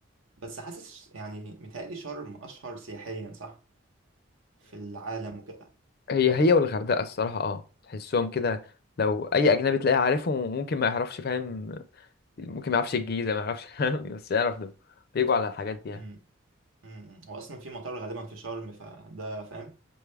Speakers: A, on the right (about 80°); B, on the left (about 50°).
A: بس حاسس يعني متهيألي شرم أشهر سياحيا صح في العالم وكده
B: هي هي والغردقة الصراحة اه تحسهم كده لو أي أجنبي تلاقيه عارفهم ممكن ما يعرفش فاهم ممكن ما يعرفش الجيزة ما يعرفش <laughs> فاهم بس يعرف ده بيجوا على الحاجات دي يعني
A: امم امم هو أصلا في مطار غالبا في شرم فده فاهم